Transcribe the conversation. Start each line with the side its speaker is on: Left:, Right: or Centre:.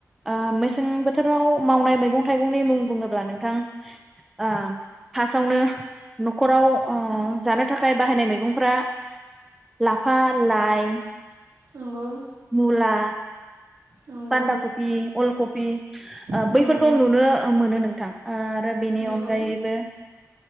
Centre: ओ मेसें बोथोराव मावनाय मैगं थाइगंनि मुं बुङोबा नोंथां ओ फार्सआवनो न'खराव जानो थाखाय बाहायनाय मैगंफ्रा लाफा लाइ
Right: नंगौ
Centre: मुला
Right: नंगौ
Centre: बान्दा कपि, अलकपि ओ
Right: नंगौ
Centre: बैफोरखौ नुनो मोनो नोंथां। आरो बेनि
Right: नंगौ
Centre: अनगायैबो